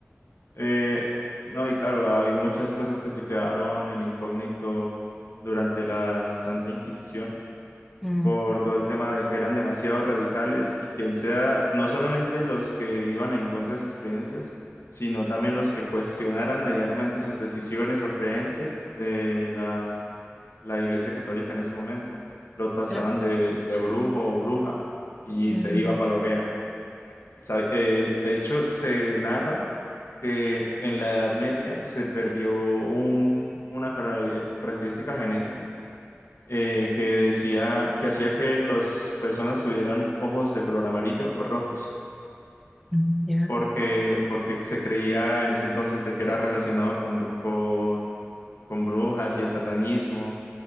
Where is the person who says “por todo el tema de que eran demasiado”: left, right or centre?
Left